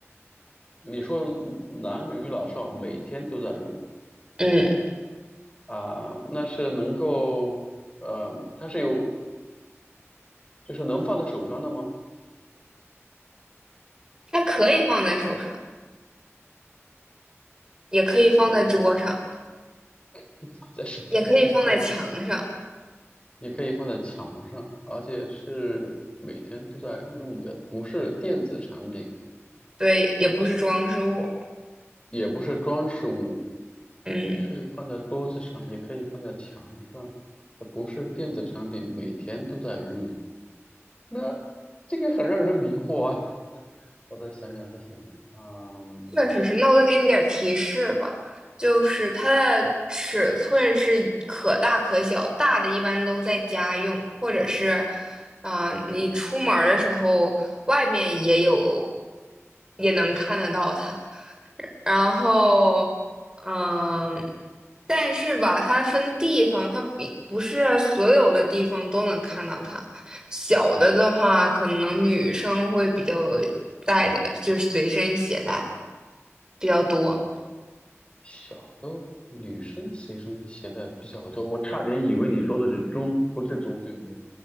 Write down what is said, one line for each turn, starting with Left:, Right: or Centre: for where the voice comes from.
Left: 你说男女老少每天都在用。
Right: 嗯，
Left: 啊、那是能够，呃，它是有，就是能放在手上的吗？
Right: 它可以放在手上，也可以放在桌上，
Left: 可以 <laughs> 放在手上，
Right: 也可以放在墙上。
Left: 可以放在，也可以放在墙上，而且是每天都在用的，不是电子产品，
Right: 对，也不是装饰物。
Left: 也不是装饰物，
Right: 嗯，
Left: 是放在桌子上，也可以放在墙上，不是电子产品，每天都在用的那这个很让人迷惑啊！<laughs> 我再想想是什么，嗯。
Right: 确实是，那我再给你点儿提示吧，就是它的尺寸是可大可小，大的一般都在家用，或者是，嗯、你出门儿的时候外面也有，也能看得到它。然后，嗯、但是吧，它分地方，它比不是所有的地方都能看到它。小的的话，可能女生会比较带的，就是随身携带比较多。
Left: 小的女生随身携带比较多，我差点以为你说的是钟，不是钟，对不对？